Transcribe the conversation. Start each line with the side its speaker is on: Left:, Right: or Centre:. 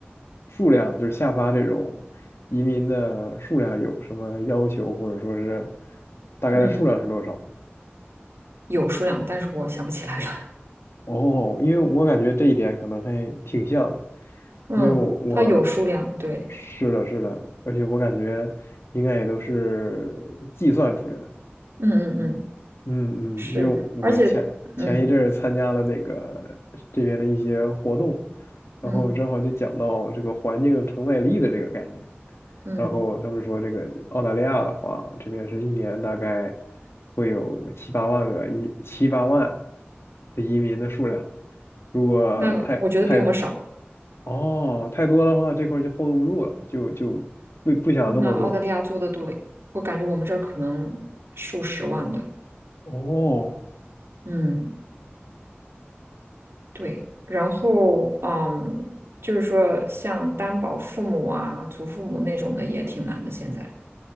Left: 数量，就是下发这种移民的数量有什么要求，或者说是大概的数量是多少？
Right: 嗯，有数量，但是我想不起来了。
Left: 哦，因为我感觉这一点可能还挺像的，
Right: <laughs> 嗯，
Left: 因为我我
Right: 它有数量，对，
Left: 是的，是的，而且我感觉应该也都是计算出来的。
Right: 嗯嗯嗯，
Left: 嗯嗯，
Right: 是，
Left: 因为我前前一阵儿参加了那个这边的一些活动，
Right: 而且，嗯
Left: 然后正好就讲到这个环境承载力的这个概念，
Right: 嗯嗯，
Left: 然后他们说这个澳大利亚的话，这边是一年大概会有七八万个移七八万的移民的数量，如果太太
Right: 那个我觉得比我们少。
Left: 哦太多的话，这块儿就 hold 不住了，就就不不想那么多。
Right: 那澳大利亚做的多，我感觉我们这儿可能数十万的，
Left: 哦
Right: 嗯。对，然后嗯，就是说像担保父母啊、祖父母那种的也挺难的，现在